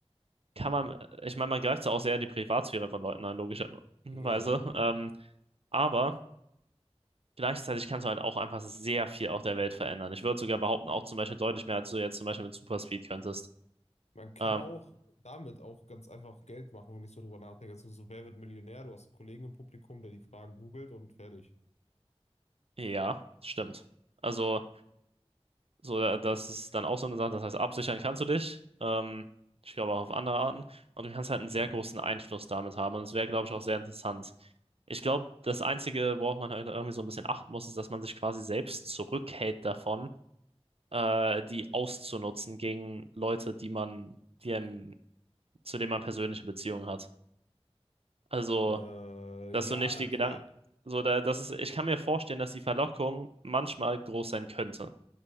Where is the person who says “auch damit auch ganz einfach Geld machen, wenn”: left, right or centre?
Left